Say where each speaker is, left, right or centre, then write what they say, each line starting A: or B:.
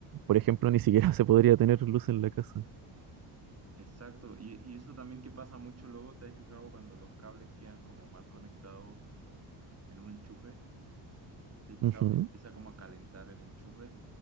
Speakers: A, on the right; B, on the right.
A: por ejemplo, ni siquiera <laughs> se podría tener luz en la casa.
B: Exacto, y, y eso también que pasa mucho luego, ¿te has fijado cuando los cables quedan como mal conectados en un enchufe? ¿Te has fijado
A: Ujú.
B: que se empieza como a calentar el enchufe?